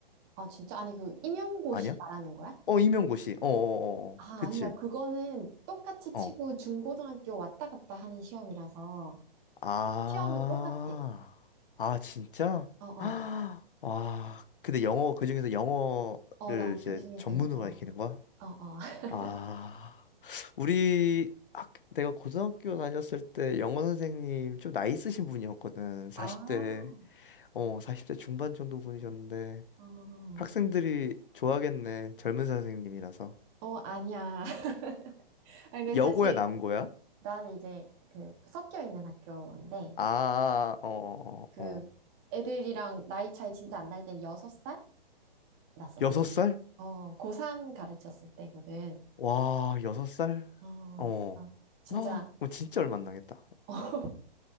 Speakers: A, on the right; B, on the left.
A: 아, 진짜? 아니, 그 임용고시
B: 아니야?
A: 말하는 거야?
B: 어, 임용고시. 어어어어.
A: 아,
B: 그치?
A: 아니야. 그거는 똑같이
B: 어.
A: 치고 중고등학교 왔다 갔다 하는 시험이라서
B: 아,
A: 시험은 똑같아.
B: 아, 진짜?
A: 어, 어.
B: 아, 와, 근데 영어, 그중에서 영어를
A: 어, 나
B: 이제
A: 그중에서
B: 전문으로
A: 영어.
B: 가르치는 거야?
A: 어, 어. <laughs>
B: 아, 우리, 학, 내가 고등학교 다녔을 때 영어 선생님 좀 나이 있으신 분이었거든. 40대,
A: 아.
B: 어, 40대 중반 정도 분이셨는데.
A: 어,
B: 학생들이 좋아하겠네. 젊은 선생님이라서.
A: 어, 아니야. <laughs> 아니, 근데
B: 여고야,
A: 사실
B: 남고야?
A: 난 이제 그 섞여 있는 학교인데
B: 아, 아, 아. 어, 어,
A: 그
B: 어. 어.
A: 애들이랑 나이 차이 진짜 안 날 땐 여섯 살 났었어.
B: 여섯 살?
A: 어, 고3 가르쳤을 때거든.
B: 와, 여섯 살?
A: 어,
B: 어.
A: 아, 진짜.
B: 아, 뭐 진짜 얼마 안 나겠다.
A: <laughs> 어,